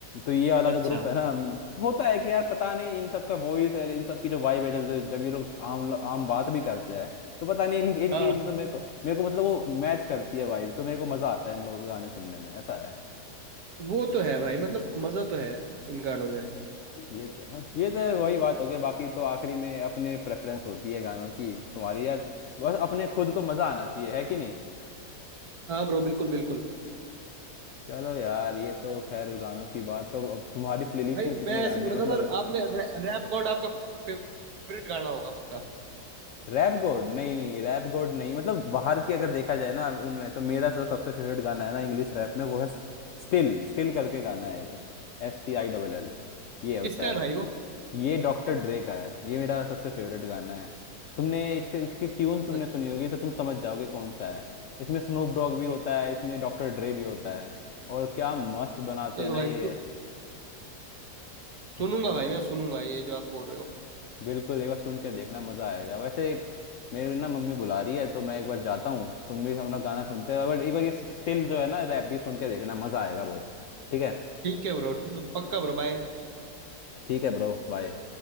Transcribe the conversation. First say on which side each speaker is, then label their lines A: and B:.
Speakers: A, on the left; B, on the right.
A: तो ये वाला
B: अच्छा
A: जो ग्रुप है ना हम- होता है कि यार पता नहीं इन सब का वॉइस है इन सब की जो वाइब है जब जब ये लोग आम आम बात भी करते हैं तो पता नहीं इन, इनकी
B: हाँ
A: मतलब मेरे को मेरे को मतलब वो मैच करती है वाइब तो मेरे को मजा आता है इन लोगों के गाने सुनने में ऐसा है
B: वो तो है भाई मतलब मजा तो है इन गानों में
A: ये तो ये तो वही बात हो गई बाकी तो आखिरी में अपने प्रेफरेंस होती है गानों की तुम्हारी यार बस अपने खुद को मजा आना चाहिए है कि
B: हाँ ब्रो बिल्कुल बिल्कुल
A: चलो यार ये तो खैर गानों की बात तो अब तुम्हारी प्लेलिस्ट
B: भाई
A: में कितने
B: मैं
A: गाने
B: ऐसे बोल
A: हैं
B: रहा
A: मतलब
B: था पर आपने रैप गॉड आपका फेवरेट गाना होगा पक्का
A: रैप गोड नहीं रैप गोड नहीं मतलब बाहर की अगर देखा जाए ना उनमें तो मेरा सब सबसे फेवरेट गाना है ना इंग्लिश रैप में वो है स्टिल स्टिल करके गाना है एक एस टी आई डबल एल ये होता
B: किसका
A: है
B: है भाई वो
A: ये डॉक्टर ड्रे का है ये मेरा सबसे फेवरेट गाना है तुमने इसके इसकी ट्यून तुमने
B: अच्छा,
A: सुनी होगी तो तुम समझ जाओगे कौन सा है इसमें स्नूप डॉग भी होता है इसमें डॉक्टर ड्रे भी होता है और क्या मस्त बनाते
B: चलो
A: हैं ना
B: भाई
A: ये
B: सु,
A: <laughs>
B: सुनूंगा भाई मैं सुनूंगा ये जो आप बोल रहे हो
A: बिल्कुल एक बार सुन के देखना मजा आएगा वैसे एक मेरी ना मम्मी बुला रही है तो मैं एक बार जाता हूँ तुम भी अपना गाना सुनते रहो बट एक बार ये स्टिल जो है ना रैप भी सुन के देखना मजा आएगा बहुत ठीक है
B: ठीक है ब्रो ठीक है पक्का ब्रो बाय
A: ठीक है ब्रो बाय